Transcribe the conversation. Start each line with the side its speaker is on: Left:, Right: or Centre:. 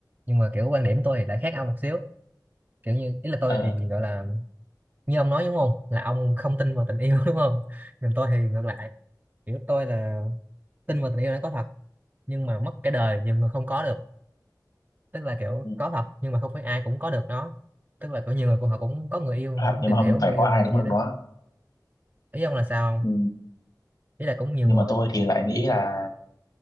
Right: nhưng mà kiểu quan điểm tôi thì lại khác ông một xíu kiểu như ý là tôi
Left: ừ
Right: thì gọi là như ông nói đúng không là ông không tin vào tình yêu <laughs> đúng không nhưng tôi thì ngược lại kiểu tôi là tin vào tình yêu đã có thật nhưng mà mất cái đời nhiều người không có được tức là kiểu
Left: ừ,
Right: có thật nhưng mà không phải ai cũng có được nó tức là có nhiều người cũng họ cũng có người yêu họ
Left: hoặc
Right: cũng
Left: nhưng
Right: tìm
Left: mà ông
Right: hiểu
Left: phải
Right: người yêu
Left: có ai
Right: này
Left: cũng
Right: kia
Left: được
Right: đấy
Left: nó
Right: ý ông là sao không
Left: ừ,
Right: ý là cũng nhiều
Left: nhưng
Right: người
Left: mà tôi thì lại nghĩ là